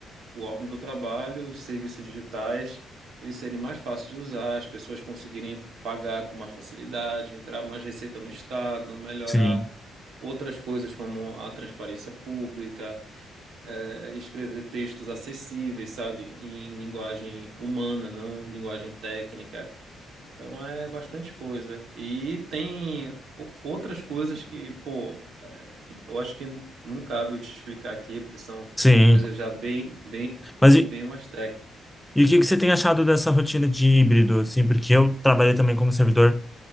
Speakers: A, on the right (about 80°); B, in the centre.
A: o órgão que eu trabalho, os serviços digitais, eles serem mais fáceis de usar, as pessoas conseguirem pagar com mais facilidade, entrar mais receita no Estado, melhorar
B: Sim,
A: outras coisas como a transparência pública, eh, escrever textos acessíveis, sabe, em linguagem humana, não linguagem técnica. Então é bastante coisa. E tem o- outras coisas que, pô, é, eu acho que não cabe eu te explicar aqui, porque são
B: sim.
A: coisas já bem, bem,
B: Mas
A: bem
B: e,
A: mais técnicas.
B: e o que que você tem achado dessa rotina de híbrido, assim? Porque eu trabalhei também como servidor